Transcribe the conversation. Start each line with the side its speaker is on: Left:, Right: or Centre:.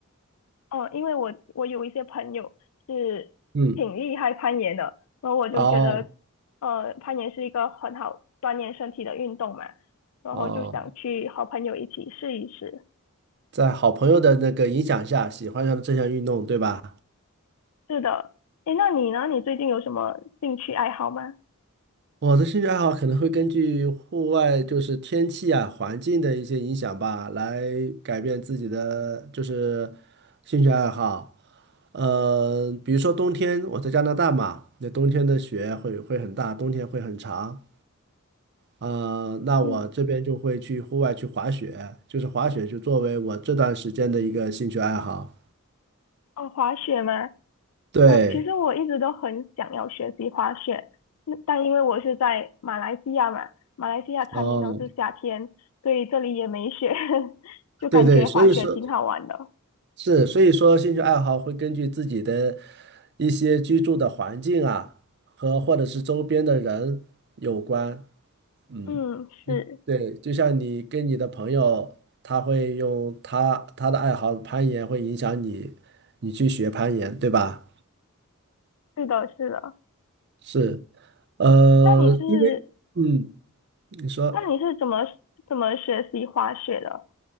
Left: 哦，因为我我有一些朋友是挺厉害攀岩的，
Right: 嗯，
Left: 然后我就觉得，
Right: 哦
Left: 呃，攀岩是一个很好锻炼身体的运动嘛，然后就想去和朋友一起试一试。
Right: 哦，在好朋友的那个影响下，喜欢上了这项运动，对吧？
Left: 是的，诶，那你呢？你最近有什么兴趣爱好吗？
Right: 我的兴趣爱好可能会根据户外就是天气啊、环境的一些影响吧，来改变自己的就是兴趣爱好。呃，比如说冬天，我在加拿大嘛，那冬天的雪会会很大，冬天会很长。呃，那我这边就会去户外去滑雪，
Left: 嗯，
Right: 就是滑雪就作为我这段时间的一个兴趣爱好。
Left: 哦，滑雪吗？
Right: 对，
Left: 哦，其实我一直都很想要学习滑雪，那但因为我是在马来西亚嘛，马来西亚常年都是夏天，
Right: 哦，
Left: 所以这里也没雪，<laughs> 就感觉滑雪挺好玩的。
Right: 对对，所以说是，所以说兴趣爱好会根据自己的一些居住的环境啊，和或者是周边的人有关。嗯，
Left: 嗯，是，
Right: 对，就像你跟你的朋友，他会用他他的爱好攀岩，会影响你，你去学攀岩，对吧？
Left: 是的，是的。
Right: 是，呃，
Left: 那你是，
Right: 因为。嗯，你说，
Left: 那你是怎么怎么学习滑雪的？